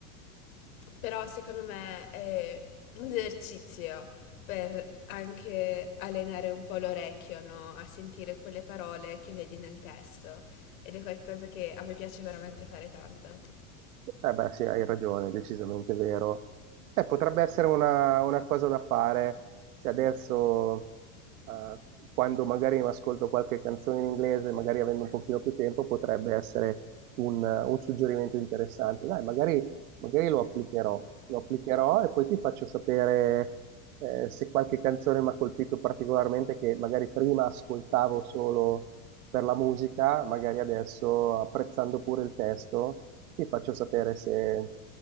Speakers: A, on the left; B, on the right.
A: Però secondo me è un esercizio per anche allenare un po' l'orecchio, no? A sentire quelle parole che vedi nel testo. Ed è qualcosa che a me piace veramente fare tanto.
B: Eh beh, sì, hai ragione, è decisamente vero. Eh, potrebbe essere una, una cosa da fare se adesso, eh, quando magari mi ascolto qualche canzone in inglese, magari avendo un pochino più tempo, potrebbe essere un, un suggerimento interessante. Dai, magari, magari lo applicherò, lo applicherò e poi ti faccio sapere, eh, se qualche canzone mi ha colpito particolarmente che magari prima ascoltavo solo per la musica, magari adesso apprezzando pure il testo, ti faccio sapere se,